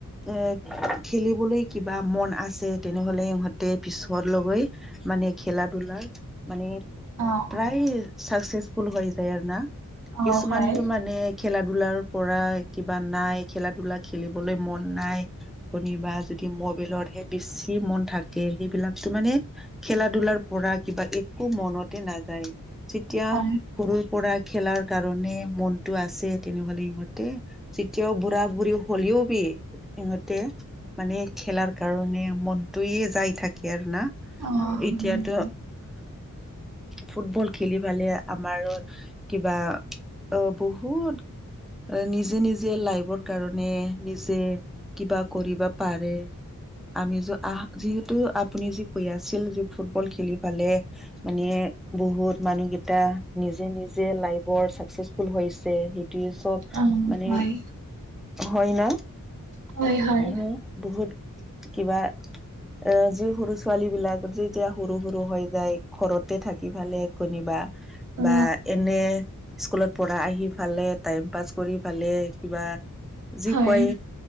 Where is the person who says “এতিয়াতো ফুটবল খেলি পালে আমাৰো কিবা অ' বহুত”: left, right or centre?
Centre